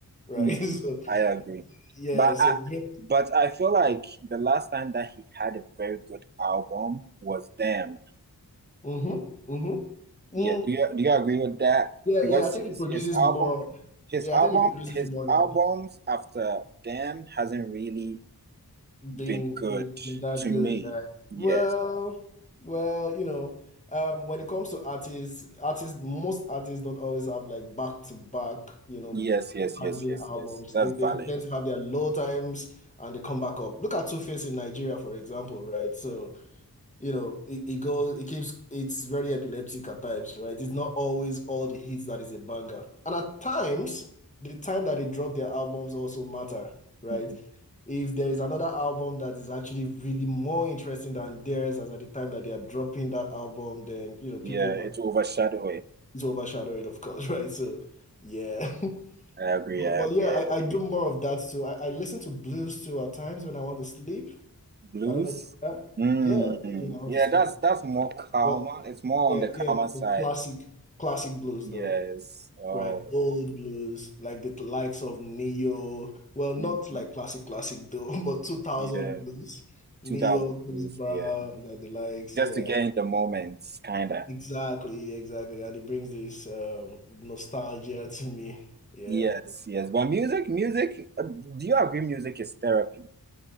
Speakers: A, on the left (about 20°); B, on the right (about 30°).
A: right?
B: mm,
A: <laughs> So
B: I agree.
A: yeah,
B: But
A: so
B: I,
A: Drake.
B: but I feel like the last time that he had a very good album was Damn.
A: Mm-hmm. Mm-hmm. Mm,
B: Yeah, do you do you agree with that?
A: yeah,
B: Because
A: yeah. I think
B: his,
A: it produces
B: his album,
A: more.
B: his
A: Yeah,
B: album,
A: I think it produces
B: his
A: more now
B: albums after Damn hasn't really
A: being
B: been good
A: being, being that
B: to
A: good,
B: me.
A: right?
B: Yes.
A: Well, well, you know, um, when it comes to artists, artists, most artists don't always have like back to back, you know,
B: Yes, yes,
A: banging
B: yes, yes,
A: albums.
B: yes. That's
A: They they
B: valid.
A: tend to have their low times and they come back up. Look at Two Face in Nigeria, for example, right? So you know, it, it goes, it keeps, it's very epileptic at times, right? It's not always all the hits that is a banger. And at times, the time that they drop their albums also matter, right?
B: Mhm.
A: If there is another album that is actually really more interesting than theirs as at the time that they are dropping that album, then, you know, people
B: Yeah,
A: might
B: it overshadow it.
A: it's overshadow it, of course, <laughs> right? So, yeah. <laughs>
B: I agree,
A: But,
B: I
A: but
B: agree,
A: yeah, I,
B: I agree.
A: I do more of that too. I, I listen to blues too at times when I want to sleep.
B: Blues?
A: I don't know if you do that.
B: Mm,
A: Yeah, blues when I want
B: yeah,
A: to sleep.
B: that's that's more calmer.
A: But
B: It's more
A: yeah,
B: on the calmer
A: yeah,
B: side.
A: the classic classic blues
B: Yes.
A: though,
B: Oh.
A: right? Old blues, like the likes of Neo. Well, not
B: mhm.
A: like classic classic though, <laughs> but 2000
B: Yeah.
A: blues. Neo,
B: 2000
A: Chris
B: blues.
A: Brown,
B: Yeah.
A: and the likes.
B: Just
A: Yeah,
B: to get in the moments, kinda.
A: exactly, exactly. And it brings this um nostalgia to me. Yeah.
B: Yes, yes. But music, music, uh, do you agree music is therapy?